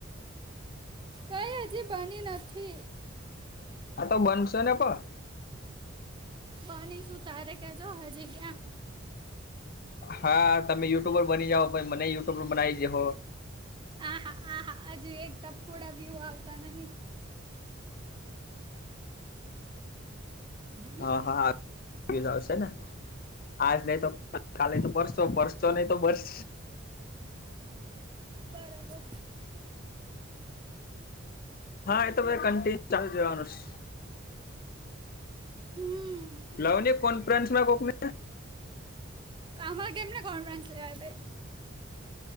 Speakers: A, on the right; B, on the left.
A: કઈ હજી બની નથી.
B: હાતો બનશે ને પણ
A: બની સુું તારે કેજો હજી ક્યાં
B: હા તમે યુટ્યુબર બની જાહો પછી મને યુટ્યુબર બનાય દેહો.
A: હા હા હજુ એક ટપકોડા વ્યુ આવતા નહીં. <inaudible>
B: હા હા આવી ગેલા હસે ને. આજ નહીંતો કાલે તો પરશો પરશો નહીંતો બરસ
A: બરાબર
B: હા એતો કન્ટિન્યુ ચાલુ જ રેવાનું છે.
A: હમ
B: લવને કોન્ફરન્સમાં કોકને.
A: આમાં કેમને કોન્ફડન્સ લેવા બે